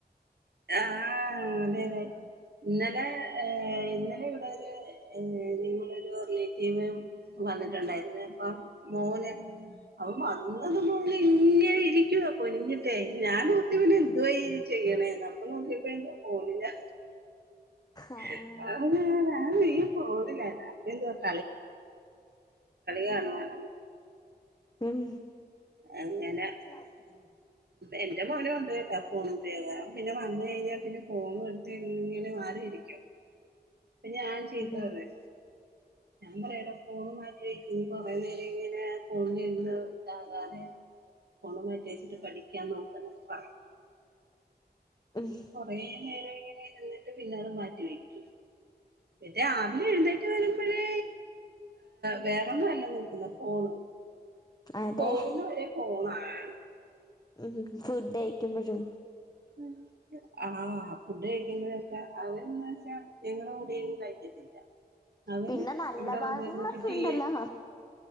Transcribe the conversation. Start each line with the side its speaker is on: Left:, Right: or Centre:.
Right: ആഹ, അതെ, തെ. ഇന്നലെ, ഇന്നലെ, ഇവിടൊരു, നി, നിങ്ങളൊരു, റിലേറ്റീവ് വന്നിട്ടുണ്ടായിരുന്നെ, അപ്പൊ, മോന് അവൻ, വന്നതുപോലെ, ഇങ്ങനെ, ഇരിക്കുവ കുനിഞ്ഞിട്ട്, ഞാനോർത്തു, വനെന്തുവ ചെയ്യുന്നേ ചെയ്യണേന്ന്, അപ്പൊ, നോക്കിയപ്പോ, ന്തുവാ, ഫോണിലാ <unintelligible>
Left: ആഹ്
Right: അത് ഞാൻ പോണില്ലായിരുന്നു അപ്പം എന്ത് പറഞ്ഞു കാണുവാണെന്ന്
Left: ഉം.
Right: അങ്ങനെ
Left: ആ.
Right: എന്റെ, മോനും, ണ്ട്, കേട്ടോ, ഫോണുപയോഗം പിന്നെ, വന്ന്, കയിഞ്ഞപ്പിന്നെങ്ങനെ, ഫോണും, എടുത്ത്, ഇങ്ങനെ, മാറിരിക്കും അപ്പ, ഞാൻ, ചീത്തപറയും
Left: ഉം
Right: ഞാൻ, പറയും എടാ, ഫോണ്, മാറ്റി വെക്ക്, കൊറേ നേരായിങ്ങനെ, ഫോണിലിരുന്ന് ഇതകാതെ ഫോണ്, മാറ്റി വെച്ചിട്ട്, പഠിക്കാൻ, നോക്ക് ന്നൊക്കെ പറയും
Left: ഉം
Right: കൊറേ നേരമായി അത്രേ തിന്നിട്ട് പിന്നെങ്ങാട്ട്, മാറ്റി വെക്കും, രാവിലെ, എഴുന്നേറ്റ്, വരും മ്പഴേ, വേറൊന്നും,, അല്ല, നോക്കുന്നത്, ഫോണ്
Left: അതെ
Right: പോകുന്നവരെ, ഫോണാണ്.
Left: ഉം, ഫുഡ് കഴിക്കുമ്പോഴും
Right: ഉം. ആ ഫുഡ് കഴിക്കുമ്പോഴക്ക അവര്ന്ന് വെച്ചാ സ്ത്രീകളെ കൂടെന്ന് കഴിക്കത്തില്ല. അവൻ
Left: പിന്നെ നല്ല
Right: ഇവിടെ
Left: ഭാഗങ്ങളൊക്കെ
Right: വന്നിരുന്നിട്ട് ടീ
Left: ണ്ടല്ലോ